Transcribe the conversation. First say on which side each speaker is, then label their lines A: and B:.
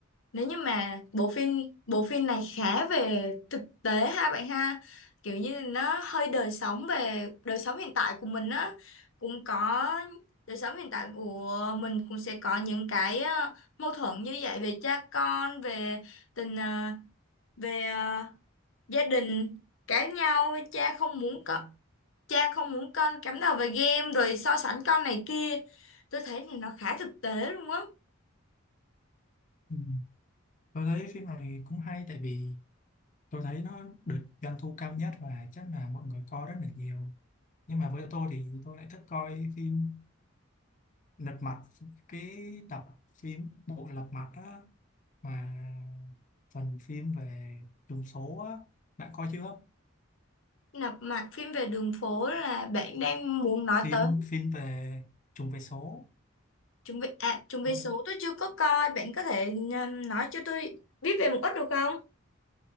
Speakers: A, on the left; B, on the left.
A: Nếu như mà bộ phim bộ phim này khá về thực tế ha bạn ha kiểu như nó hơi đời sống về đời sống hiện tại của mình á cũng có đời sống hiện tại của mình cũng sẽ có những cái ờ, mâu thuẫn như vậy về cha con về tình ờ, về ờ, gia đình cãi nhau cha không muốn con cha không muốn con cắm đầu vào game rồi so sánh con này kia tôi thấy thì nó khá thực tế luôn á
B: ừ. tôi thấy phim này cũng hay tại vì tôi thấy nó được doanh thu cao nhất và chắc là mọi người coi rất là nhiều nhưng mà với tôi thì tôi lại thích coi phim lật mặt cái tập phim bộ lật mặt á mà phần phim về trùng số á bạn coi chưa
A: Nạp mạc phim về đường phố là bạn đang muốn nói
B: phim
A: tới
B: phim về trùng về số
A: chuẩn bị à chuẩn bị
B: tôi,
A: số tôi chưa có coi bạn có thể um, nói cho tôi biết về một ít được không?